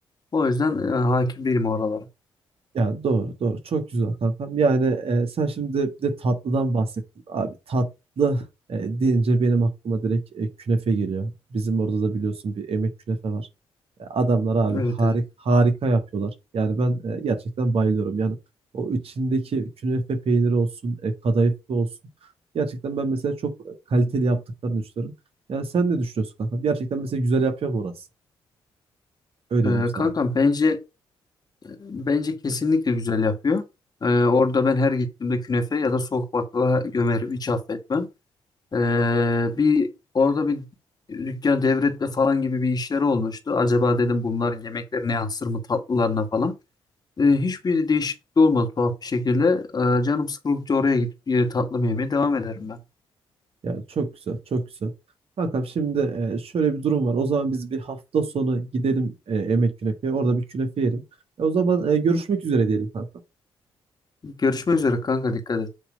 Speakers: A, on the left; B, on the right.
A: O yüzden e, hakim değilim oralara.
B: Ya doğru doğru çok güzel kankam. Yani e, sen şimdi bir de tatlıdan bahsettin abi. Tatlı e, deyince benim aklıma direkt e, künefe geliyor. Bizim orada da biliyorsun bir emek künefe var. E, adamlar abi
A: Evet
B: harik,
A: evet.
B: harika yapıyorlar. Yani ben e, gerçekten bayılıyorum. Yani o içindeki künefe peyniri olsun, e, kadayıflı olsun. Gerçekten ben mesela çok kaliteli yaptıklarını düşünüyorum. Yani sen ne düşünüyorsun kankam? Gerçekten mesela güzel yapıyor mu orası? Öyle diyeyim
A: E,
B: sana.
A: kankam bence Bence kesinlikle güzel yapıyor. Ee, orada ben her gittiğimde künefe ya da soğuk baklava gömerim. Hiç affetmem. Ee, bir orada bir dükkan devretme falan gibi bir işleri olmuştu. Acaba dedim bunlar yemeklerine yansır mı tatlılarına falan. Ee, hiçbir değişiklik olmadı tuhaf bir şekilde. Ee, canım sıkıldıkça oraya gidip e, tatlı mı yemeye devam ederim ben.
B: Ya çok güzel, çok güzel. Kankam şimdi e, şöyle bir durum var. O zaman biz bir hafta sonu gidelim e, Emek Künefe'ye. Orada bir künefe yiyelim. E, o zaman e, görüşmek üzere diyelim kankam.
A: Görüşmek üzere kanka dikkat et.